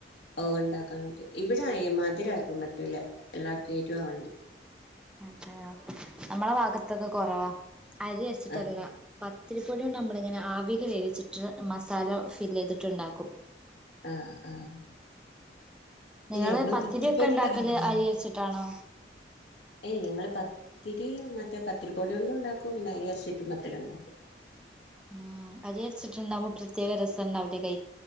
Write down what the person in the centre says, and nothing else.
അതെയോ. നമ്മള ഭാഗത്തൊക്കെ കൊറവാ. അരി അരിച്ചിട്ടല്ല
പത്തിരിപ്പൊടിയോണ്ടമ്മളിങ്ങനെ ആവില് വേവിച്ചിട്ട് മസാല ഫില്ലെയ്തിട്ട് ഇണ്ടാക്കും.
നിങ്ങള്
പത്തിരി
ഒക്കെ ഉണ്ടാക്കല്
അരി അരച്ചിട്ടാണോ
ഉം അരി അരിച്ചിട്ടിണ്ടാവുമ്പം പ്രത്യേക രസണ്ടാവൂലെ കഴി